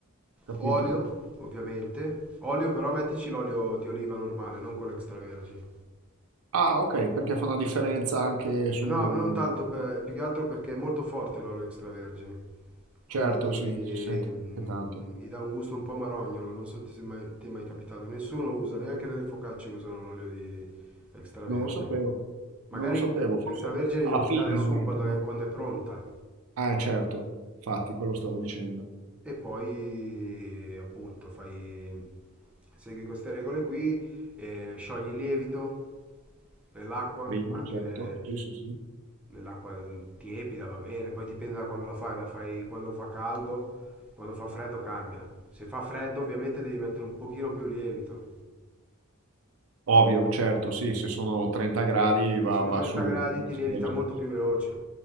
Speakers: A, on the right; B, in the centre.
A: capito.
B: Olio, ovviamente. Olio però mettici l'olio di oliva normale, non quello extravergine.
A: Ah, ok, perché fa una differenza anche su...
B: No, non tanto per, più che altro perché è molto forte l'olio extravergine, quindi
A: Certo, sì, si sente
B: mm,
A: tanto.
B: gli dà un gusto un po' marognolo, non so se ti è mai, ti è mai capitato, nessuno usa, neanche nelle focacce usano l'olio di extravergine.
A: Non lo sapevo,
B: Magari
A: non lo sapevo, forse
B: l'extravergine
A: alla
B: glielo puoi
A: fine
B: dare
A: lo
B: su
A: mettono.
B: quando è, quando è pronta
A: Ah, certo, infatti, quello stavo dicendo.
B: e poi appunto fai, segui queste regole qui, eh, sciogli il lievito nell'acqua,
A: Prima,
B: anche
A: certo, sì, sì, sì.
B: nell'acqua mm, tiepida va bene, poi dipende da quando la fai, la fai quando fa caldo, quando fa freddo cambia. Se fa freddo ovviamente devi mettere un pochino più lievito,
A: Ovvio, certo, sì, se sono 30 gradi va,
B: e se
A: va
B: no 30
A: su
B: gradi
A: una
B: ti
A: scheggia.
B: lievita molto più veloce.